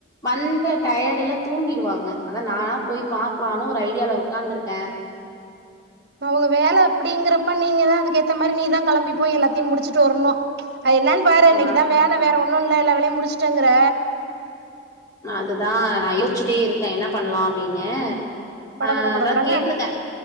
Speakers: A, on the left (about 20°); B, on the right (about 55°).
A: வந்த டயட்ல தூங்கிடுவாங்க அதா நானா போய் பாக்கலான்னு ஒரு ஐடியாவ்ல உட்காந்திருக்கே
B: அவுங்க வேலை அப்படிங்கிறப்ப நீங்கதா அதுக்குஏத்த மாதிரி நீதா கிளம்பி போய் எல்லாத்தையும் முடிச்சுட்டு வரணும் அது என்னன்னு பாரு
A: ஆ
B: இன்னைக்குதா வேலை வேற ஒன்னு இல்ல எல்லா வேலையு முடிச்சுட்டேங்கிற
A: அதுதா நா யோசிச்சிட்டே இருக்கே என்ன பண்ணலா அப்டின்னு
B: பட
A: ஆ
B: பட பட
A: அதா
B: படன்னு
A: கேட்ருக்கே